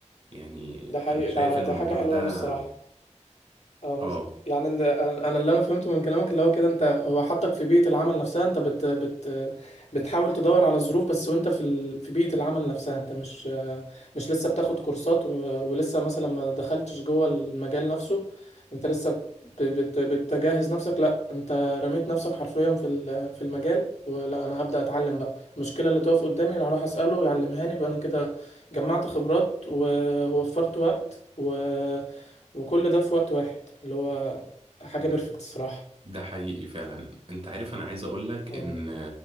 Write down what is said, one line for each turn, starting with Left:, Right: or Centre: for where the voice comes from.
Right: يعني
Left: ده حقيقي
Right: انا شايف
Left: ده
Right: الموضوع
Left: ده حاجة حلوة
Right: ده
Left: قوي الصراحة اه نس...
Right: اه
Left: يعني إن- انا أنا اللي انا فهمته من كلامك اللي هو كده انت هو حطك في بيئة العمل نفسها انت بت... بت... بتحاول تدور على الظروف بس وانت في ال... في بيئة العمل نفسها انت مش مش لسه بتاخد كورسات و... ولسه مثلا ما دخلتش جوه المجال نفسه انت لسه ب... بت... بتجهز نفسك لا انت رميت نفسك حرفيا في ال... في المجال ولا انا هبدأ اتعلم بقى المشكلة اللي تقف قدامي انا هروح اسأله يعلمهاني يبقى انا كده جمعت خبرات ووفرت وقت و... وكل ده في وقت واحد اللي هو حاجة
Right: ده,
Left: بيرفكت الصراحة
Right: ده حقيقي فعلا انت عارف انا عايز اقول لك
Left: اه
Right: ان